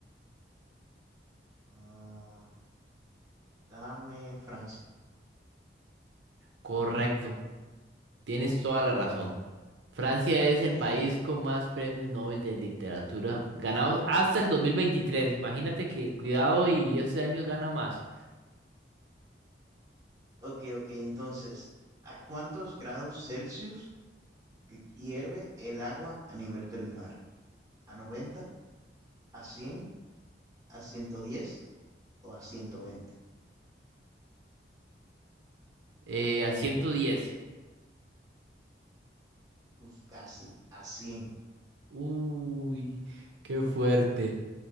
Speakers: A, on the right; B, on the right.
A: ah. Dame Francia.
B: Correcto, tienes
A: Uf,
B: toda la
A: no,
B: razón.
A: hombre,
B: Francia
A: la
B: es
A: pegué.
B: el país con más premios Nobel de literatura ganados hasta el 2023. Imagínate que cuidado y este año gana más.
A: Ok, ok, entonces, ¿a cuántos grados Celsius gui- hierve el agua a nivel del mar? ¿A 90? ¿A 100? ¿A 110? ¿O a 120?
B: Eh, a 110.
A: Uf, casi, a 100.
B: Uy, qué fuerte.